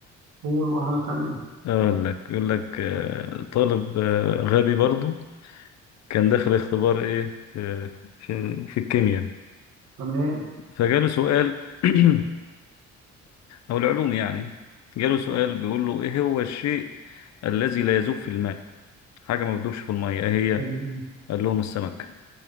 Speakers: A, on the right; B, on the left.
A: قول وهنا تانية
B: أقول لك يقول لك آه، طالب آه، غبي برضو كان داخل اختبار إيه في في, في الكيمياء
A: تمام
B: فجاله سؤال <clears throat> أو العلوم يعني جاله سؤال بيقول له إيه هو الشيء الذي لا يذوب في الماء حاجة ما بتدوبش في المية إيه هي
A: حلو.
B: قال لهم السمك